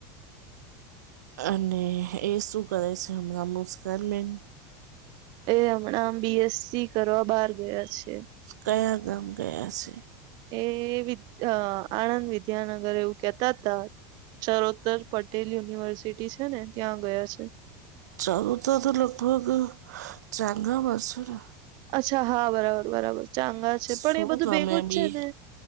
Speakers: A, on the right (about 90°); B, on the right (about 55°).
A: અને એ શું કરે છે હમણાં મુસ્કાન મેમ
B: એ હમણાં આમ બી. એસ. સી કરવા બહાર ગયા છે.
A: કયા ગામ ગયા સે
B: એ વિ અ આણંદ વિદ્યાનગર એવું કેતા તા ચરોતર પટેલ યુનિવર્સિટી છે ને ત્યાં ગયા છે.
A: ચરોતર તો લગભગ ચંગા મા છ ને
B: અચ્છા હા, બરાબર બરાબર ચાંગા છે પણ
A: શું
B: એ બધું
A: તમે
B: ભેગું જ
A: બી
B: છે ને